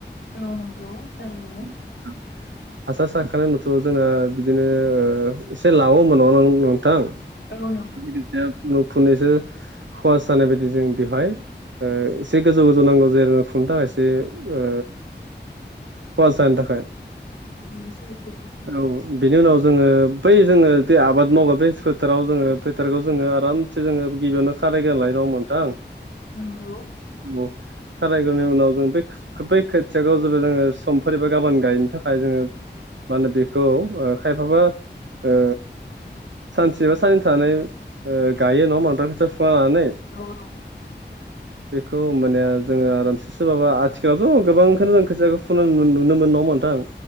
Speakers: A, on the left; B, on the right.
A: औ नंगौ थारैनो
B: औ हासार सारखानाय उनावथ' जोङो बिदिनो ओ एसे लावो ओमबा नङा नोंथां
A: औ नों
B: <unintelligible> फुनु फुनैसो खहास जानाय बायदि जों बेवहाय ओ एसे गोजौ गोजौ नांगौ जेरै फुनो थाखायबो एसे ओ खहास जानो थाखाय
A: औ सैथो
B: औ बेनि उनाव जोङो बै जोङो जे आबाद मावगोन बे फोथाराव जोङो फोथारखौ जोङो आरामसे जोङो गिबियावनो खारायग्रोना लायो नङा ओमबा नोंथां?
A: नंगौ
B: औ खारायग्रोनायनि उनाव जों बे बै खोथिखौ जोबो जोङो समफोर एबा गाबोन गायनो थाखाय जोङो मा होनो बेखौ ओ खायफाबा ओ सानसे बा साननै थानानै ओ गायो नङा ओमबा नोंथां खोथिया फुखाना लानानै
A: औ <inaudible>
B: बेखौ ओमबानिया जोङो आरामसे सोबाबा आथिखालावथ' गोबांखोनो जों खोथियाखो फुनाय नुनो मोनो नङा ओनबा नोंथां?